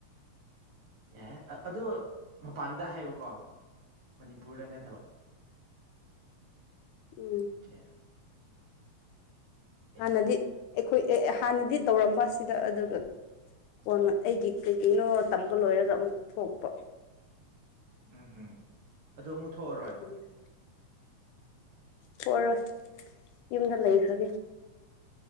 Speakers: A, on the right (about 60°); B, on the left (about 85°).
A: ꯌꯥꯢꯌꯦ ꯑꯗꯨ ꯃꯄꯥꯟꯗ ꯍꯥꯏꯌꯣꯀꯣ ꯃꯅꯤꯄꯨꯔꯗ ꯅꯠꯇꯕ
B: ꯎꯝ
A: ꯀꯦ
B: ꯍꯥꯟꯅꯗꯤ
A: ꯐꯩ
B: ꯑꯩꯈꯣꯏ ꯑꯦ ꯍꯥꯟꯅꯗꯤ ꯇꯧꯔꯝꯕ ꯑꯁꯤꯗ ꯑꯗꯨ ꯀꯣꯟ ꯑꯩꯒꯤ ꯀꯩ ꯀꯩꯅꯣ ꯇꯝꯕ ꯂꯣꯏꯔꯒ ꯑꯃꯨꯛ ꯊꯣꯛꯄ
A: ꯎꯝ ꯍꯨꯝ ꯑꯗꯨ ꯃꯨꯛ ꯃꯨꯊꯣꯛꯑꯔꯣꯏ
B: ꯑꯗꯨꯒꯤꯅꯤꯗ ꯊꯣꯛꯑꯔꯣꯏ ꯌꯨꯝꯗ ꯂꯩꯈ꯭ꯔꯒꯦ